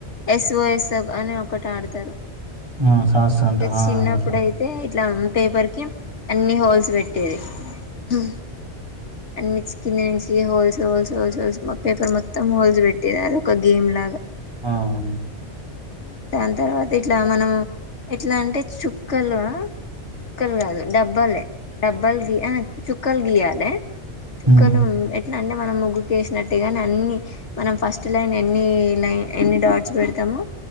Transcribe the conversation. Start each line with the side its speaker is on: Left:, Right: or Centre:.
Left: ఎస్ ఓ ఎస్ అని ఒకటి ఆడతారు
Right: మ్ సాస్ అంటరా
Left: ఇంకా చిన్నప్పుడయితే
Right: మీరు
Left: ఇట్లా పేపర్ కి అన్ని హోల్స్ పెట్టేది ఆ అన్ని కింద నుంచి holes holes holes holes paper మొత్తం హోల్స్ పెట్టేది అదొక్క గేమ్ లాగా
Right: మ్
Left: మ్ దాని తర్వాత ఇట్లా మనము ఎట్లా అంటే చుక్కలా చుక్కలు కాదు డబ్బాలే డబ్బలు గీయ ఆహా చుక్కలు గీయాలే చుక్కలుం
Right: హ్మ్.
Left: ఎట్ల అంటే మనం ముగ్గుకేసినట్టే గాని అన్ని మనం ఫస్ట్ లైన్ ఎన్ని లైన్ ఎన్ని డాట్స్ పెడతామో